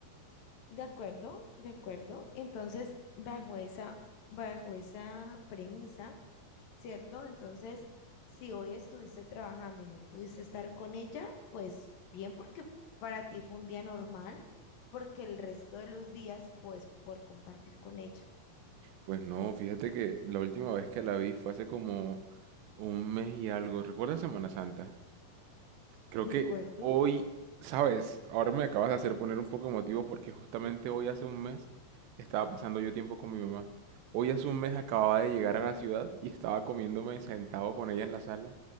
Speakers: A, on the left; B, on the right.
A: De acuerdo, de acuerdo. Entonces, bajo esa, bajo esa premisa, ¿cierto? Entonces, si hoy estuviste trabajando y no pudiste estar con ella, pues bien, porque para ti fue un día normal, porque el resto de los días, pues, por compartir con ella.
B: Pues no, fíjate que la última vez que la vi fue hace como un mes y algo. ¿Recuerdas Semana Santa? Creo
A: ¿De
B: que
A: acuerdo?
B: hoy, sabes, ahora me acabas de hacer poner un poco emotivo porque justamente hoy hace un mes estaba pasando yo tiempo con mi mamá. Hoy hace un mes acababa de llegar a la ciudad y estaba comiéndome sentado con ella en la sala